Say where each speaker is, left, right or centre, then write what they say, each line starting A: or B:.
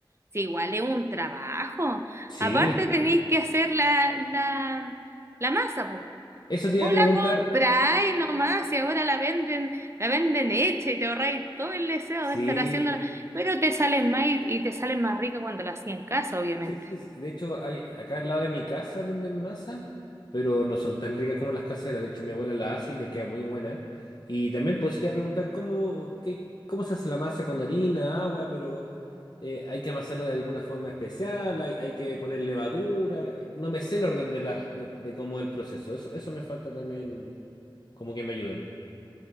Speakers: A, on the right; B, on the left.
A: sí, igual es un trabajo.
B: Sí.
A: Aparte tenéis que hacer la, la, la masa, po.
B: Eso te
A: O
B: iba a preguntar.
A: la compráis nomás y ahora la venden, la venden hecha y te ahorráis todo el deseo
B: Sí.
A: de estar haciéndola, pero te salen más y, y te salen más rica cuando la hacía en casa, obviamente.
B: Sí, sí, sí. de hecho, hay, acá al lado de mi casa venden masa, pero no son tan ricas como las caseras. De hecho, mi abuela la hace y le queda muy buena. Y también pues, te iba a preguntar cómo, qué, cómo se hace la masa con harina, agua, pero eh, hay que amasarla de alguna forma especial, hay, hay que poner levadura. No me sé el orden de, las de, de cómo es el proceso. Eso, eso me falta también como que me ayuden.